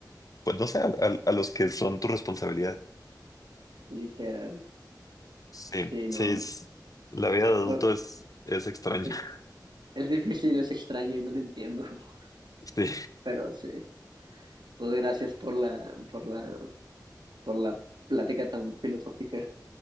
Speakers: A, on the left (about 50°); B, on the right (about 80°).
A: pues no sé, a, a- a los que son tu responsabilidad.
B: literal.
A: Sí,
B: Sí,
A: sí,
B: no.
A: es- la vida de adulto
B: Bueno,
A: es, es extraña.
B: e-
A: <laughs>
B: es difícil, es extraño y no te entiendo, <laughs>
A: Sí,
B: pero sí. Pues gracias por la, por la, por la plática tan filosófica.